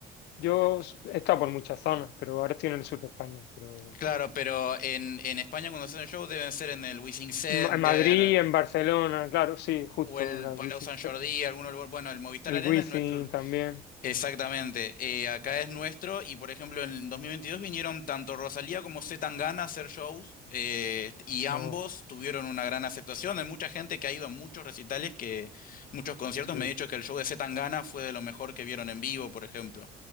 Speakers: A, on the left; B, on the left.
A: Yo s- he estado por muchas zonas, pero ahora estoy en el sur de España. Pero
B: Claro, pero en, en España cuando hacen shows deben ser en el Wishing Center
A: Ma- en Madrid, en Barcelona, claro, sí, justo,
B: o el
A: la
B: Palau
A: Wizzing-
B: San Jordi, algún lugar. Bueno, el Movistar
A: el
B: Arena
A: Wizzing
B: es nuestro. lu-
A: también.
B: Exactamente. eh, acá es nuestro y por ejemplo en 2022 vinieron tanto Rosalía como C. Tangana a hacer shows eh, y ambos
A: Oh,
B: tuvieron una gran aceptación. Hay mucha gente que ha ido a muchos recitales que muchos conciertos
A: sí.
B: me ha dicho que el show de C. Tangana fue de lo mejor que vieron en vivo, por ejemplo.